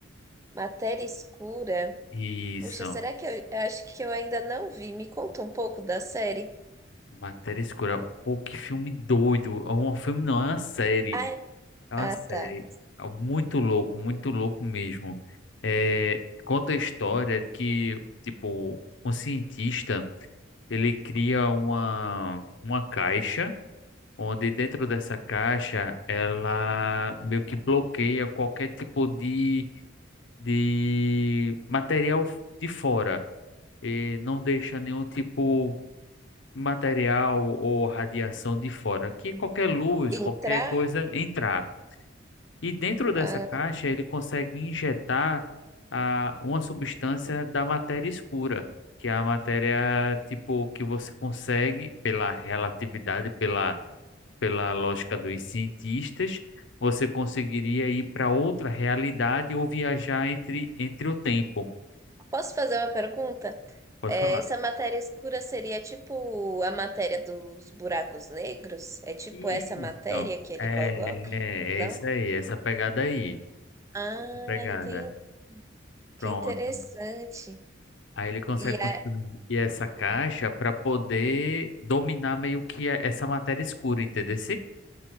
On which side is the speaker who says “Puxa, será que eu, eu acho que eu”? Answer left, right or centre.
Right